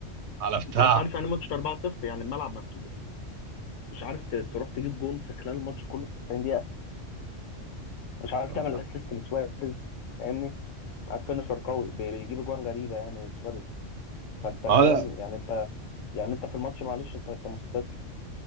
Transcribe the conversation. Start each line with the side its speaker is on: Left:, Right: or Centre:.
Right: على بتاع
Left: انت انت عارف يعني ماتش 4-0 يعني الملعب مفتوح مش عارف ت- تروح تجيب جون في خلال الماتش كله في 90 دقيقة مش عارف
Right: اه
Left: تعمل اسيست لسواريز فاهمني معاك فينشر قوي بي- بيجيب اجوان غريبة يعني سواريز فانت فاهم
Right: آه، لا
Left: يعني انت يعني انت في الماتش معلش انت انت مستسلم